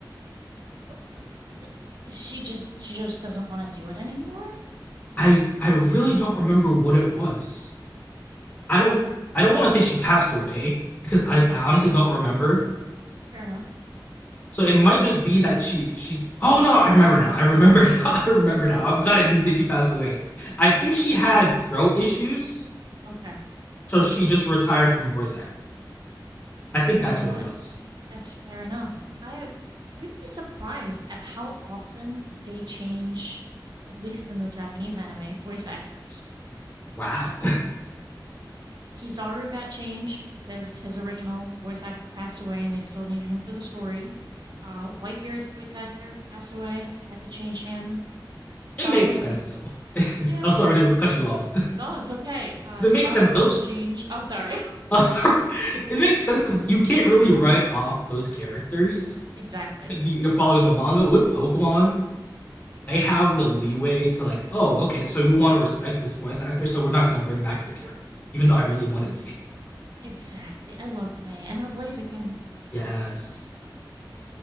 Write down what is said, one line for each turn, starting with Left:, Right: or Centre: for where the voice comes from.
Right: Bu th she just she just doesn't wanna do it anymore?
Left: I I really don't remember what it was. I don't I don't want to say she passed away because I,
Right: Okay,
Left: I honestly don't remember.
Right: fair enough.
Left: So it might just be that she she's oh no, I remember now. I remember <laughs> now. I remember
Right: <laughs>
Left: now. I'm glad I didn't say she passed away. I think she had throat issues,
Right: Okay,
Left: so she just retired from voice acting. I think
Right: you
Left: that's
Right: know
Left: what
Right: what?
Left: it was.
Right: That's fair enough. I you'd be surprised at how often they change, at least in the Japanese anime, voice actors.
Left: Wow.
Right: Kizaru got changed because his original voice actor passed away and they still needed him for the story. Uh, Whitebeard's voice actor passed away. They had to change him.
Left: <laughs>
Right: Sabo's
Left: it makes sense
Right: vo
Left: though. <laughs>
Right: yeah.
Left: oh sorry to cut you off. <laughs>
Right: No, it's okay. Uh,
Left: it
Right: Sabo
Left: makes sense those
Right: was changed. Oh, sorry.
Left: <laughs> Oh, sorry. It makes sense because you can't really write off those characters
Right: <laughs> exactly.
Left: because you- are following the manga. With Pokemon, they have the leeway to like, oh, okay, so you want to respect this voice actor, so we're not gonna bring back their character, even though I really wanted May. <laughs>
Right: Exactly. I loved May and her Blaziken.
Left: Yes,